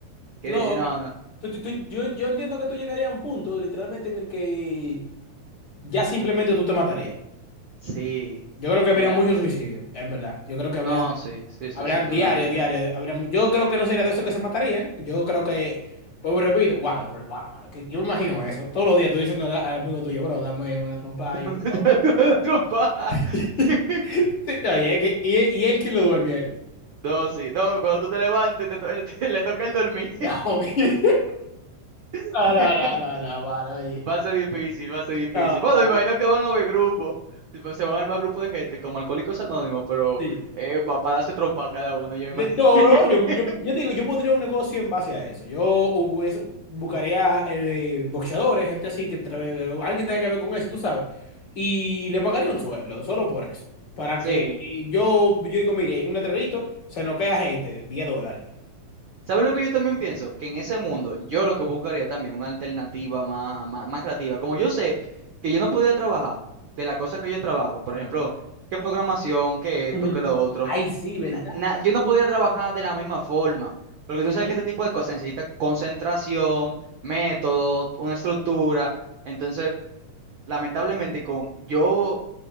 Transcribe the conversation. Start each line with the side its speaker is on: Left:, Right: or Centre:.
Right: que
Left: No,
Right: no,
Left: ok.
Right: no,
Left: Tú- tú- tú- yo, yo entiendo que tú llegarías a un punto, literalmente, en el que ya simplemente tú te matarías.
Right: sí,
Left: Yo creo que
Right: ya,
Left: habría muchos suicidios, en verdad. Yo creo que habría,
Right: No, sí, sí, sí,
Left: habrían
Right: sí, totalmente.
Left: diario, diario, habría, mu- yo creo que no sería de esos que se matarían. Yo creo que, vuelvo y repito, wow, bro, wow, mano, que yo me imagino eso. Todos los días tú diciendo al, al amigo tuyo, bro, dame una trompa ahí,
Right: <laughs>
Left: por favor.
Right: Una trompada.
Left: <laughs>
Right: <laughs>
Left: Sí, Oye, es que- y, y él quién lo duerme a él. <laughs>
Right: No, sí. No, cuando tú te levantes, te to- <laughs> le, le toca el dormir.
Left: No, mi- <laughs>
Right: <laughs>
Left: no, no, no, no, no, mano, oye.
Right: Va a ser difícil, va a ser difícil.
Left: No,
Right: Bueno,
Left: está
Right: me imagino
Left: bien.
Right: que van a haber grupos. tipo, Se van a armar grupos de gente, como Alcohólicos Anónimos, pero
Left: Sí.
Right: eh, para darse trompa cada uno, yo me imagino.
Left: No,
Right: <laughs>
Left: no, yo, yo, yo te digo, yo pondría un negocio en base a eso. Yo hubiese- buscaría eh, boxeadores, gente así, que tra- alguien tenga que ver con eso, tú sabes. Y le pagaría un sueldo, solo por eso. Para
Right: Sí.
Left: que eh, yo, yo digo, mire, un letrerito, se nos queda gente, diez dólares.
Right: ¿Sabes lo que yo también pienso? Que en ese mundo yo lo que buscaría también una alternativa más, más, más creativa. Como yo sé que yo no podía trabajar de la cosa que yo trabajo, por ejemplo, qué programación, qué esto,
Left: Ujú.
Right: qué lo otro,
Left: Ay, sí, ¿verdad?
Right: na- na- yo no podía trabajar de la misma forma. Porque
Left: Ujú.
Right: tú sabes que este tipo de cosas necesita concentración, método, una estructura. Entonces, lamentablemente, con yo